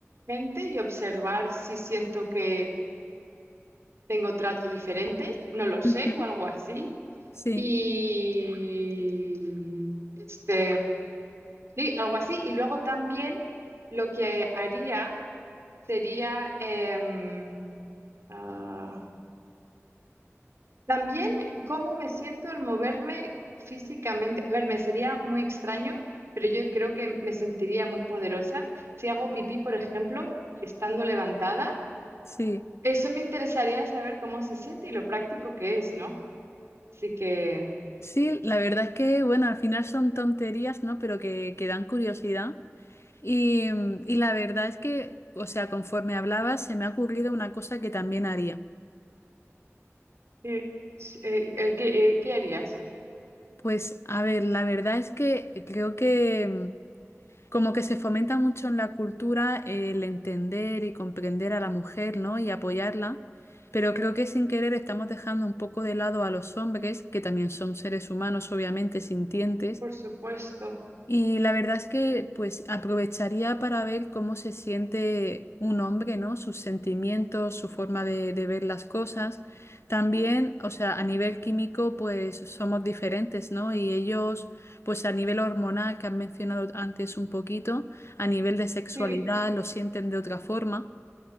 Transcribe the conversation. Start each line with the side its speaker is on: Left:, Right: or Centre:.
Right: gente y observar si siento que tengo trato diferente, no lo sé,
Left: ujú.
Right: o algo así.
Left: Sí,
Right: Y este, sí, algo así. Y luego también lo que haría sería, em, ah, También cómo me siento al moverme físicamente. A ver, me sería muy extraño, pero yo creo que me sentiría muy poderosa si hago pipí, por ejemplo, estando levantada.
Left: sí,
Right: Eso me interesaría saber cómo se siente y lo práctico que es, ¿no? Así que,
Left: sí, la verdad es que, bueno, al final son tonterías, ¿no? Pero que, que dan curiosidad. Y, y la verdad es que, o sea, conforme hablabas, se me ha ocurrido una cosa que también haría.
Right: sí, sí, eh, el que, eh, ¿qué harías?
Left: Pues, a ver, la verdad es que creo que... Como que se fomenta mucho en la cultura el entender y comprender a la mujer, ¿no? Y apoyarla, pero creo que sin querer estamos dejando un poco de lado a los hombres, que también son seres humanos, obviamente, sintientes,
Right: Por supuesto.
Left: y la verdad es que pues aprovecharía para ver cómo se siente un hombre, ¿no? Sus sentimientos, su forma de, de ver las cosas. También, o sea, a nivel químico pues somos diferentes, ¿no? Y ellos pues a nivel hormonal que han mencionado antes un poquito, a nivel de sexualidad
Right: Sí,
Left: lo sienten de otra forma.